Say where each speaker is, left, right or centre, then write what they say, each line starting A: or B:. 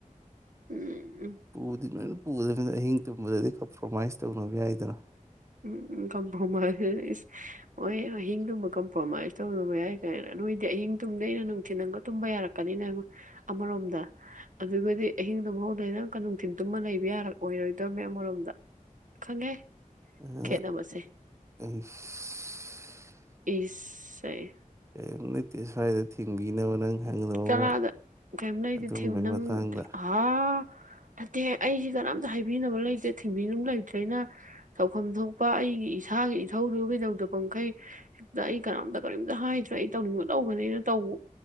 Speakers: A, on the right (about 70°); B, on the right (about 20°).
A: ꯎꯝ
B: ꯄꯨꯗꯤꯅ ꯄꯨꯗꯕꯅꯤꯅ ꯑꯍꯤꯡ ꯇꯨꯝꯕꯗꯗꯤ ꯀꯝꯄ꯭ꯔꯣꯃꯥꯏꯁ ꯇꯧꯅꯕ ꯌꯥꯏꯗꯅ
A: ꯎꯝ ꯀꯝꯄ꯭ꯔꯣꯃꯥꯏꯁ ꯍꯣꯏ ꯑꯍꯤꯡꯗꯨꯨꯝꯕ ꯀꯝꯄ꯭ꯔꯣꯃꯥꯏꯁ ꯇꯧꯗꯕ ꯌꯥꯏ ꯀꯥꯏꯅ ꯅꯣꯏꯗꯤ ꯑꯍꯤꯡ ꯇꯨꯝꯗꯩꯅ ꯅꯨꯡꯊꯤꯟꯜ ꯑꯃꯒ ꯇꯨꯝꯕ ꯌꯥꯔꯛꯀꯅꯤꯅ ꯑꯃꯔꯣꯝꯗ ꯑꯗꯨꯒꯗꯤ ꯑꯍꯤꯡ ꯇꯨꯝꯍꯧꯗꯣꯏꯅ ꯑꯃꯨꯛꯀ ꯅꯨꯡꯊꯤꯟ ꯇꯨꯝꯃ ꯂꯩꯕ ꯌꯥꯔꯑꯣꯏꯔꯣꯏꯗꯕꯅꯦ ꯑꯃꯔꯣꯝꯗ ꯈꯪꯉꯦ
B: ꯑꯩꯁ
A: ꯈꯦꯠꯅꯕꯁꯦ ꯏꯁ ꯑꯌꯦ
B: <unintelligible> ꯅꯪ ꯍꯪꯒꯗꯧꯕ
A: ꯆꯔꯥꯗ
B: ꯑꯃ
A: ꯀꯩꯝ ꯂꯩ ꯑꯩꯗꯤ
B: ꯑꯗꯨꯝꯕꯩ
A: ꯊꯦꯝ ꯅꯪ
B: ꯃꯇꯥꯡꯗ
A: ꯍꯥ ꯅꯠꯇꯦ ꯑꯩꯁꯤ ꯀꯅꯥꯝꯇ ꯍꯥꯏꯕꯤꯅꯕ ꯂꯩꯇꯦ ꯊꯤꯡꯕꯤꯅꯕ ꯂꯩꯇ꯭ꯔꯦꯅ ꯇꯧꯐꯝ ꯊꯣꯛꯄ ꯑꯩꯒꯤ ꯏꯁꯥꯒꯤ ꯏꯊꯧꯗꯨ ꯀꯩꯗꯧꯗ ꯄꯈꯩ ꯍꯦꯛꯇ ꯑꯩ ꯀꯅꯥꯝꯇ ꯀꯔꯤꯝꯇ ꯍꯥꯏꯗ꯭ꯔꯦ ꯑꯩ ꯇꯧꯅꯤꯡꯕ ꯇꯧꯒꯅꯦꯅ ꯇꯧꯕ